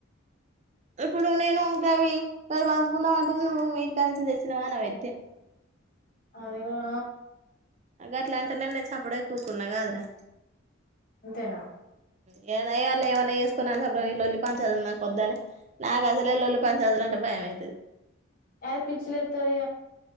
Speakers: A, on the right (about 35°); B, on the left (about 45°).
A: ఇప్పుడు నేను దవి మరి పంచుకుందామ అంటే నువ్వు మీీటికా నుంచి తెసినవా నువవైతే
B: అదిేగా
A: అట్లాంటేనేే నేను సప్పుడే కూకున్నా కాదరా
B: అంతేనా
A: ఇ వాళ ఏమైన్నా చేసుకున్నా అ చెప్పుడు ఇల్లొల్లి పంచేదు నాకుొద్దని నాకు అసలు ఇల్లొల్లి పంచేదులు అంటే భయంమవుతుది
B: ఎద పిచ్చలేత్తంది